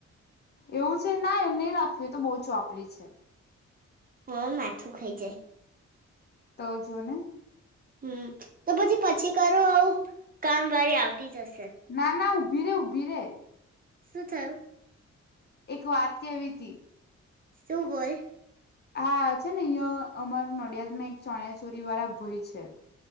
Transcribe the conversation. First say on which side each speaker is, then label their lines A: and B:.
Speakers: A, on the left; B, on the right.
A: એવું છે. ના નહી રાખવી એ તો બહુ ચોપલી છે.
B: બો માથું ખાઈ જાય.
A: તો જો ને
B: હમ તો પછી, પછી કરો આવું કામ વાળી આવતી જશે.
A: ના ના <unintelligible> ઉભી રે, ઉભી રે
B: શું થયું?
A: એક વાત કેવી તી.
B: શું બોલ?
A: હા છે, ને અહીંયા અમારા નડિયાદમાં એક ચણિયા ચોરી વાળા ભાઈ છે.